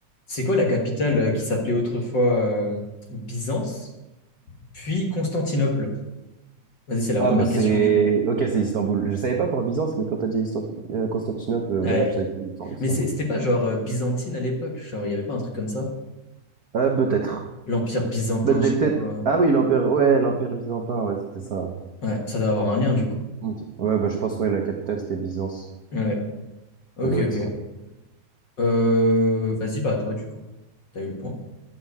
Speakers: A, on the left; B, on the right.
A: C'est quoi la capitale euh, qui s'appelait autrefois euh, Byzance, puis Constantinople? Vas-y, c'est la
B: Ah
A: première
B: bah c'est...
A: question du coup.
B: Ok, c'est Istanbul. Je savais pas pour Byzance, mais quand t'as dit Istan- euh, Constantinople, euh,
A: Ouais.
B: bah là je savais que c'était Istan- Istanbul.
A: Mais c'est- c'était pas genre euh, byzantine à l'époque, genre il y avait pas un truc comme ça?
B: Ah peut-être.
A: L'Empire byzantin,
B: Bah
A: je
B: c'est
A: sais
B: peut-être...
A: pas quoi.
B: Ah oui, l'Empire... Ouais, l'Empire byzantin, ouais, c'était ça. ouais.
A: Ouais, ça doit avoir un lien du coup.
B: Ok. Ouais, bah je pense, ouais, la capitale c'était Byzance.
A: Ouais. Ok,
B: Ça doit
A: ok.
B: être ça.
A: Euh, vas-y, bah à toi du coup. T'as eu le point.